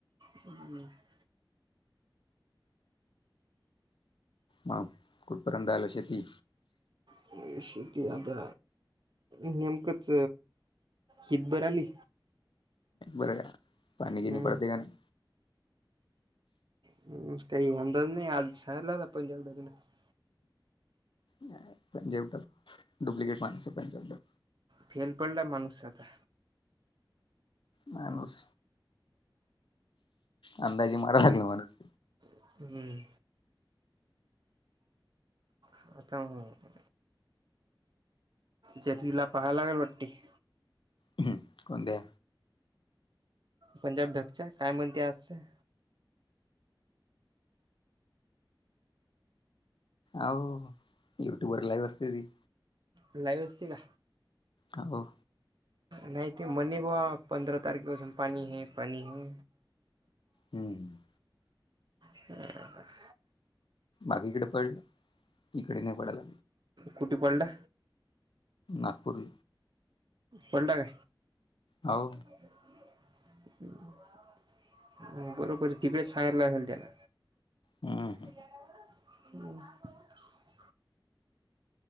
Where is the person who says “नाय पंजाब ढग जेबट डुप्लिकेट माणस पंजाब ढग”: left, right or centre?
Left